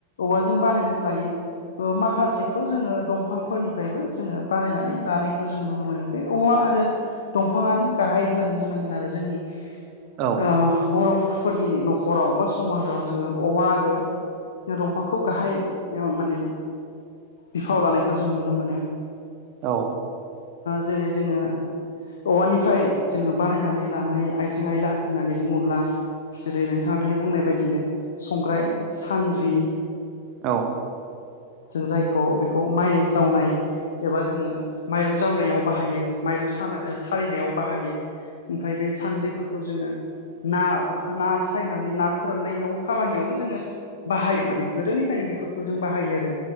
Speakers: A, on the left (about 65°); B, on the right (about 40°).
A: औवाजों बानायनानै लायो माखासेखौ जोङो दं। दंफांफोरनिफ्रायबो जोङो बानायनानै लानायखौ जोङो नुनो मोनो बे औवा आरो दंफाङानो गाहाय होननानै बुंनांगोन आरो जोंनि
B: औ
A: ओ बर'फोरनि न'खराव बा समाजाव जोङो अवा आरो दंफांखौ गाहाय माने बिफाव लानायखौ जों नुनो मोनो।
B: औ
A: जेरै जोङो औवानिफ्राय जोङो बानायनानै लानाय आइजें आयला होननानै बुङोब्ला जेरै नोंथाङा दहाय बुंनाय बायदिनो संग्राय सान्द्रि
B: औ
A: जों जायखौ बेखौ माइ जावनाय एबा जोङो माइरं जावनायाव बाहायो माइरं सालिनायाव बाहायो ओमफ्राय बे सान्द्रिफोरखौ जोङो ना ना सायनानै ना फोराननायाव खामानियावबो जोङो बाहायो माने गोदोनिफ्रायनो बेफोरखौ जों बाहायो आरो